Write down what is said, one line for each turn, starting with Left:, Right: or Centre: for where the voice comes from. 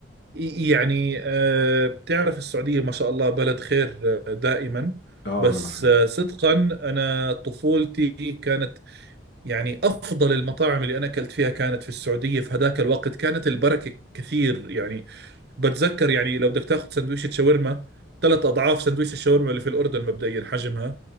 Right: يعني آه، بتعرف السعودية ما شاء الله بلد خير آه، دائما
Left: اه
Right: بس
Left: أنا بحب
Right: آه، صدقا أنا طفولتي كانت يعني أفضل المطاعم اللي أنا أكلت فيها كانت في السعودية في هذاك الوقت كانت البركة كثير يعني بتذكر يعني لو بدك تاخذ سندويشة شاورما ثلاث اضعاف سندويشة الشاورما اللي في الاردن مبدئيا حجمها